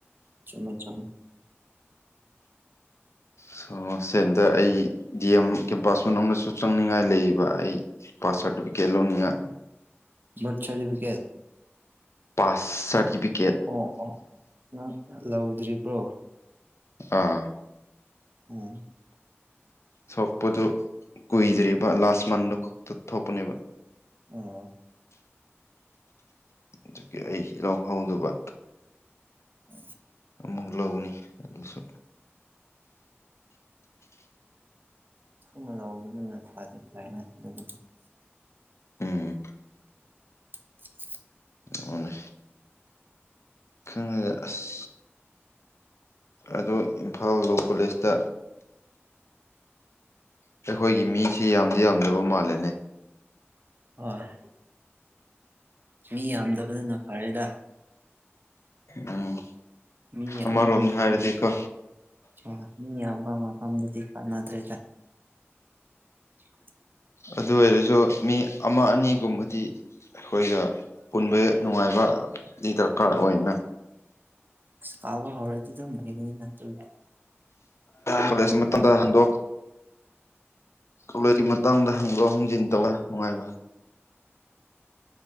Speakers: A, on the right; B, on the left.
A: ꯆꯨꯃꯦ ꯆꯨꯃꯦ
B: ꯁꯣ ꯁꯦꯟꯗ ꯑꯩ ꯗꯤ ꯑꯦꯝ ꯀꯦꯝꯄꯥꯁ ꯃꯅꯨꯡꯗꯁꯨ ꯆꯪꯅꯤꯡꯉꯥꯏ ꯂꯩꯕ ꯑꯩ ꯄꯥꯁ ꯁꯔꯇꯤꯐꯤꯀꯦꯠ ꯂꯧꯅꯤꯉꯥꯢ
A: ꯕꯔꯠ ꯁꯔꯇꯤꯐꯤꯀꯦꯠ
B: ꯄꯥꯁ ꯁꯔꯇꯤꯐꯤꯠ
A: ꯑꯣ ꯑꯣ ꯅꯪ ꯂꯧꯗ꯭ꯔꯤꯕ꯭ꯔꯣ
B: ꯑꯥ
A: ꯎꯝ
B: ꯁꯣꯛꯄꯗꯨ ꯀꯨꯏꯗ꯭ꯔꯤꯕ ꯂꯥꯁ ꯃꯟꯗꯣ ꯈꯛꯇ ꯊꯣꯛꯄꯅꯦꯕ
A: ꯑꯣ
B: ꯆꯨꯀꯤ ꯑꯩ ꯍꯤꯔꯥꯎ ꯍꯧꯗꯕ
A: <unintelligible>
B: ꯑꯃꯨꯛ ꯂꯧꯅꯤ ꯑꯗꯨꯁꯨ
A: <inaudible>
B: ꯎꯝ
A: <unintelligible>
B: ꯑꯣꯅꯦ ꯈꯪꯉꯦ ꯑꯁ ꯑꯗꯣ ꯏꯝꯐꯥꯜ ꯂꯣ ꯀꯣꯂꯦꯖꯇ ꯑꯩꯈꯣꯏꯒꯤ ꯃꯤꯁꯤ ꯌꯥꯝꯗꯤ ꯌꯥꯝꯗꯕ ꯃꯥꯜꯂꯦꯅꯦ
A: ꯑꯥꯏ ꯃꯤ ꯌꯥꯝꯗꯕꯅꯤꯅ ꯐꯔꯦꯗ
B: ꯎꯝ
A: ꯃꯤ ꯌꯥꯝꯕ
B: ꯑꯃꯔꯣꯝꯗ
A: ꯃꯐꯝ
B: ꯍꯥꯏꯔꯗꯤꯀꯣ
A: ꯍꯣꯢ ꯃꯤ ꯌꯥꯝꯕ ꯃꯐꯝꯗꯗꯤ ꯀꯥꯟꯅꯗ꯭ꯔꯦꯗ <unintelligible>
B: ꯑꯗꯨ ꯑꯣꯏꯔꯁꯨ ꯃꯤ ꯑꯃ ꯑꯅꯤꯒꯨꯝꯕꯗꯤ ꯑꯩꯈꯣꯏꯒ ꯄꯨꯟꯕ ꯅꯨꯡꯉꯥꯏꯕ ꯗꯤ ꯗꯔꯀꯥꯔ ꯑꯣꯏꯅ
A: ꯀꯥꯕ ꯍꯧꯔꯗꯤ ꯗꯨꯝ ꯂꯩꯒꯅꯤꯅ ꯗꯨꯗꯤ
B: ꯀꯣꯂꯦꯖ ꯃꯇꯝꯗ ꯍꯟꯗꯣꯛ ꯀꯣꯂꯦꯖꯒꯤ ꯃꯇꯥꯡꯗ ꯍꯪꯗꯣꯛ ꯍꯪꯖꯤꯟ ꯇꯧꯂ ꯅꯨꯡꯉꯥꯏꯕ